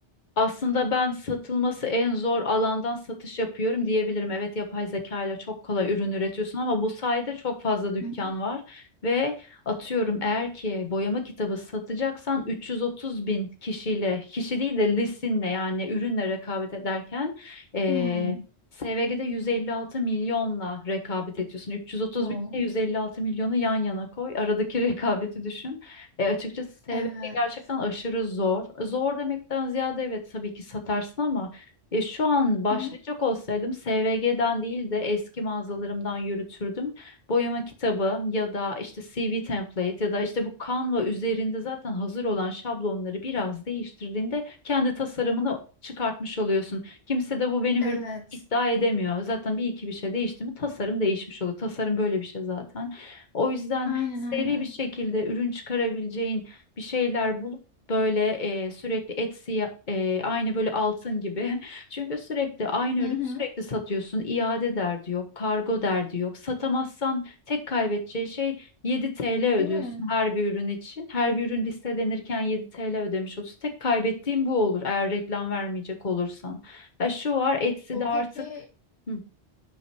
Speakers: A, on the left; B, on the left.
A: Aslında ben satılması en zor alandan satış yapıyorum diyebilirim. Evet yapay zeka ile çok kolay ürün üretiyorsun ama bu sayede çok fazla dükkan
B: Hı hı.
A: var. Ve atıyorum eğer ki boyama kitabı satacaksan 330 bin kişiyle, kişi değil de listinle yani ürünle rekabet ederken eee
B: Hmm.
A: SVG'de 156 milyonla rekabet ediyorsun. 330
B: O.
A: bin ile 156 milyonu yan yana koy. Aradaki rekabeti düşün. E, açıkçası
B: Evet.
A: şey gerçekten aşırı zor. Zor demekten ziyade evet tabii ki satarsın ama e, şu an başlayacak
B: Hı hı.
A: olsaydım SVG'den değil de eski mağazalarımdan yürütürdüm. Boyama kitabı ya da işte CV template ya da işte bu Canva üzerinde zaten hazır olan şablonları biraz değiştirdiğinde kendi tasarımını çıkartmış oluyorsun. Kimse de bu benim
B: Evet.
A: ürünüm iddia edemiyor. Zaten bir iki bir şey değişti mi tasarım değişmiş oluyor. Tasarım böyle bir şey zaten. O yüzden
B: Aynen
A: seri
B: aynen.
A: bir şekilde ürün çıkarabileceğin bir şeyler bulup böyle e, sürekli Etsy'ye e, aynı böyle altın gibi. <laughs> Çünkü sürekli aynı ürün
B: Hı hı.
A: sürekli satıyorsun. İade derdi yok, kargo derdi yok. Satamazsan tek kaybedeceği şey 7 TL ödüyorsun
B: Değil mi?
A: her bir ürün için. Her bir ürün listelenirken 7 TL ödemiş olursun. Tek kaybettiğin bu olur eğer reklam vermeyecek olursan. Ya şu var Etsy'de
B: O
A: artık...
B: peki
A: Hı.